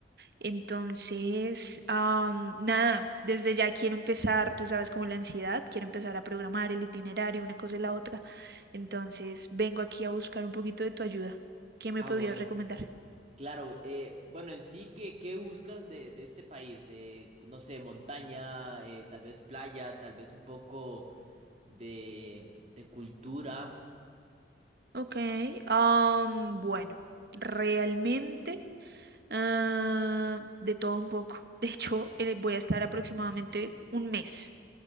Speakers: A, on the right (about 60°); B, on the right (about 40°).
A: Entonces, am, nada, desde ya quiero empezar, tú sabes, como la ansiedad, quiero empezar a programar el itinerario, una cosa y la otra. Entonces, vengo aquí a buscar un poquito de tu ayuda. ¿Qué
B: Ah,
A: me podrías
B: bueno,
A: recomendar?
B: claro. eh, bueno, en sí, ¿qué, qué buscas de, de este país? Eh, no sé, montaña, eh, tal vez playa, tal vez un poco de, de cultura.
A: Ok, am, bueno, realmente ah, de todo un poco. <laughs> De hecho, eh, voy a estar aproximadamente un mes.